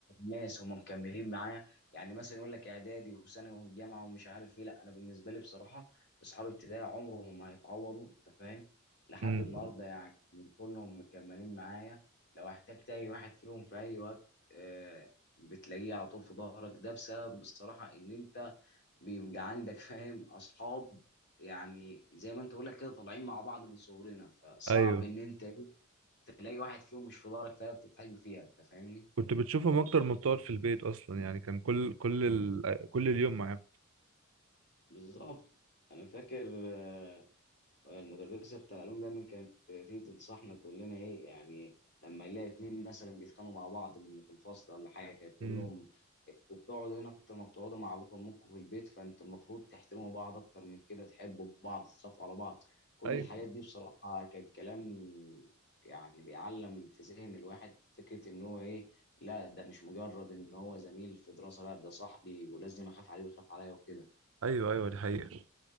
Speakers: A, on the left (about 55°); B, on the right (about 75°).
A: ناس هم مكملين معايا يعني مثلا يقول لك اعدادي وثانوي وجامعه ومش عارف ايه لا انا بالنسبه لي بصراحه اصحاب ابتدائي عمرهم ما هيتعوضوا انت فاهم لحد
B: امم
A: النهارده يعني كلهم مكملين معايا لو احتجت اي واحد فيهم في اي وقت آه بتلاقيه على طول في ظهرك ده بسبب بصراحه ان انت بيبقى عندك فاهم اصحاب يعني زي ما انت بقول لك كده طالعين مع بعض من صغرنا فصعب
B: ايوه
A: ان انت إيه تلاقي واحد فيهم مش في دارك فعلا بتتحاجب فيها انت فاهمني
B: كنت بتشوفهم اكتر ما بتقعد في البيت اصلا يعني كان كل كل ال... كل اليوم معاهم
A: بالظبط انا فاكر آه، المدرسه بتاع العلوم دايما كانت تيجي تنصحنا تقول لنا ايه يعني لما نلاقي اتنين مثلا بيتخانقوا مع بعض من- في الفصل ولا حاجه كانت تقول
B: امم
A: لهم وبتقعدوا هنا اكتر ما بتقعدوا مع ابوكم وامكم في البيت فانتوا المفروض تحترموا بعض اكتر من كده تحبوا بعض تخافوا على بعض كل
B: ايوه
A: الحاجات دي بصراحة كان كلام يعني بيعلم في ذهن الواحد فكرة ان هو ايه لا ده مش مجرد ان هو زميل في دراسة لا ده صاحبي ولازم اخاف عليه ويخاف عليا وكده
B: ايوه ايوه دي حقيقة